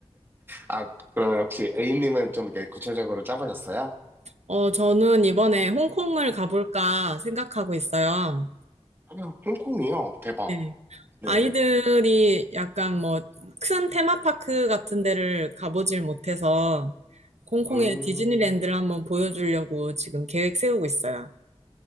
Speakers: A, on the right (about 20°); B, on the right (about 75°).
A: 아, 그러면 혹시 A님은 좀 이렇게 구체적으로 짜보셨어요?
B: 어, 저는 이번에 홍콩을 가볼까 생각하고 있어요.
A: 그냥 홍콩이요. 대박.
B: 네.
A: 네네.
B: 아이들이 약간 뭐 큰 테마파크 같은 데를 가보질 못해서 홍콩의
A: 음,
B: 디즈니랜드를 한번 보여주려고 지금 계획 세우고 있어요.